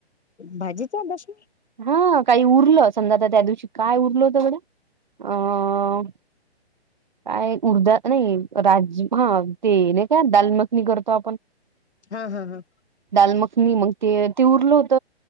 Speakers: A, on the left; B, on the right.
A: भाजीचा दश
B: हा काही उरलं समजा आ त्या दिवशी काय उरल होतं गाड्या अ- काय उर्धा नाही राज हा ते नाही का दालमखनी करतो आपण- <inaudible>
A: हा हा हा
B: दालमखनी मग ते ते उरलं होत